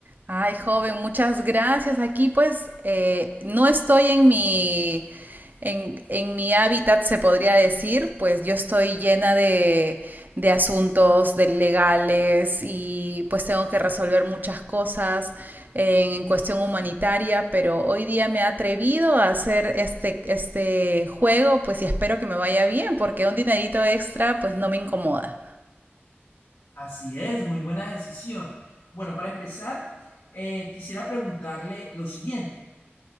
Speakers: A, on the right; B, on the left.
A: Ay, joven, muchas gracias. Aquí pues eh, no estoy en mi, en, en mi hábitat, se podría decir, pues yo estoy llena de, de asuntos de legales y pues tengo que resolver muchas cosas en, en cuestión humanitaria, pero hoy día me he atrevido a hacer este, este juego, pues y espero que me vaya bien, porque un dinerito extra pues no me incomoda.
B: Así es, muy buena decisión. Bueno, para empezar, eh, quisiera preguntarle lo siguiente.